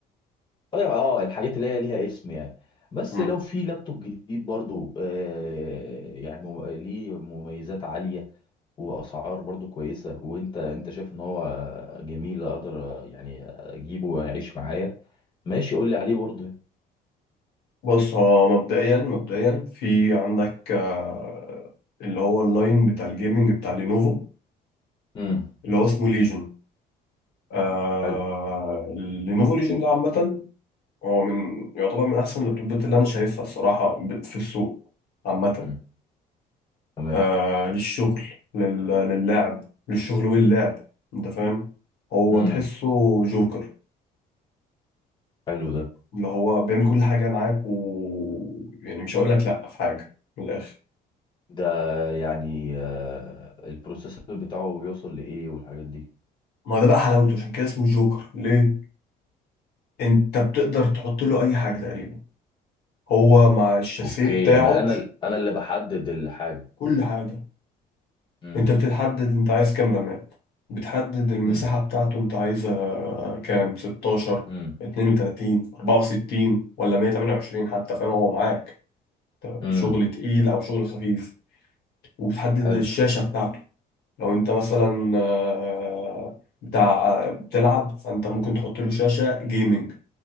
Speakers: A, on the left; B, on the left.
A: آه، الحاجات اللي هي ليها اسم يعني بس
B: مم.
A: لو في لابتوب جديد برضو آه، يعني مم- ليه مميزات عاليه واسعار برضو كويسه وانت انت شايف ان هو جميل اقدر آه، يعني اجيبه ويعيش معايا ماشي قول لي عليه برضو
B: بص هو مبدئيا مبدئيا في عندك آه، اللي هو اللاين بتاع الجيمنج بتاع لينوفو
A: امم
B: اللي هو اسمه ليجن آه
A: حلو
B: لينوفو ليجن ده عامة هو من يعتبر من أحسن اللابتوبات اللي أنا شايفها الصراحة ب- في السوق عامة
A: مم. تمام
B: آه للشغل لل... للعب للشغل واللعب أنت فاهم هو
A: امم
B: تحسه جوكر
A: حلو ده
B: اللي هو بيعمل كل حاجة معاك و يعني مش هقول لك لأ في حاجة من الآخر
A: ده يعني آه، البروسيسور بتاعه بيوصل لإيه والحاجات دي
B: ما ده بقى حلاوته عشان كده اسمه جوكر ليه؟ أنت بتقدر تحط له أي حاجة تقريبا هو مع الشاسيه
A: اوكي
B: بتاعه
A: يعني انا ال- انا اللي بحدد الحاجة
B: كل حاجة
A: امم
B: انت بتتحدد انت عايز كام رماد بتحدد المساحة
A: امم
B: بتاعته انت عايزها كام 16
A: امم
B: 32 64 ولا 128 حتى فاهم هو معاك
A: امم
B: شغل تقيل او شغل خفيف وبتحدد
A: حلو
B: الشاشة بتاعته لو انت مثلا آه، بتاع بتلعب فانت ممكن تحط له شاشة جيمنج